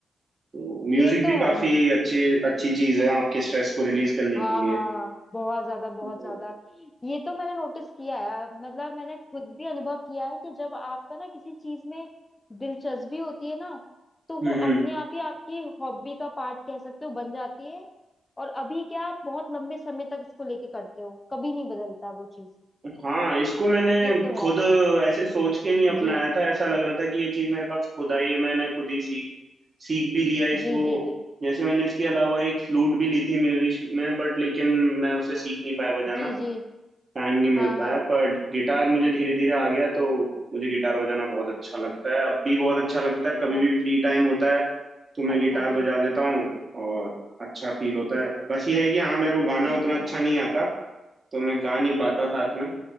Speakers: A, on the right (about 40°); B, on the left (about 30°).
A: तो
B: ये
A: म्यूजिक
B: तो
A: भी
B: है
A: काफी अच्छी अच्छी चीज है आपके स्ट्रेस को रिलीज करने
B: हाँ
A: के लिए
B: हाँ बहुत ज्यादा बहुत
A: तो
B: ज्यादा ये तो मैंने नोटिस किया है मतलब मैंने खुद भी अनुभव किया है कि जब आपका ना किसी चीज में दिलचस्पी होती है ना तो वो
A: हम्म हम्म।
B: अपने आप ही आपकी हॉबी का पार्ट कह सकते हो बन जाती है और अभी क्या आप बहुत लंबे समय तक इसको लेके करते हो कभी नहीं बदलता वो चीज
A: हाँ इसको मैंने
B: ये तो
A: खुद
B: है
A: ऐसे सोच के नहीं अपनाया
B: जी
A: था ऐसा लग रहा था कि ये चीज मेरे पास खुद आई है, मैंने खुद ही सीख सीख भी लिया इसको
B: जी जी जी
A: जैसे मैंने इसके अलावा एक फ्लूट भी ली थी म्यूजिक में बट लेकिन मैं उसे सीख नहीं पाया बजाना
B: जी जी
A: टाइम नहीं मिल
B: हाँ
A: पाया
B: हाँ
A: पर गिटार मुझे धीरे धीरे आ गया तो मुझे गिटार बजाना बहुत अच्छा लगता है अब भी बहुत अच्छा लगता है कभी
B: बहुत
A: भी फ्री टाइम होता है तो मैं
B: अच्छा
A: गिटार
B: जी
A: बजा लेता हूँ और अच्छा फील होता है बस ये है कि हाँ मेरे को गाना
B: ये
A: उतना
B: तो
A: अच्छा
B: है
A: नहीं आता तो मैं गा नहीं पाता साथ में